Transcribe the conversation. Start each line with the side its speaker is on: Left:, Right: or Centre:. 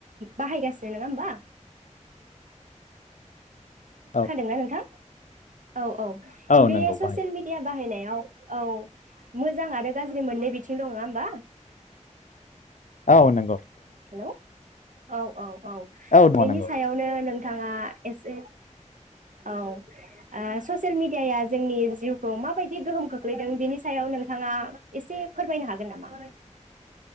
Right: बाहायगासिनो नोङा होमबा
Left: औ
Right: खोनादोंना नोंथां? औ औ
Left: औ
Right: बे
Left: नंगौ
Right: ससियेल
Left: बाहायदों
Right: मिडिया बाहायनाया औ औ मोजां आरो गाज्रि मोननै बिथिं दं नोङा होमबा
Left: औ नोंगौ
Right: हेलौ औ औ औ
Left: दङ
Right: बेनि
Left: नंगौ
Right: सायावनो नोंथाङा एसे औ ओ ससियेल मिडियाया जोंनि जिउखौ माबायदि गोहोम खोख्लैदों बेनि सायाव नोंथाङा एसे फोरमायनो हागोन नामा?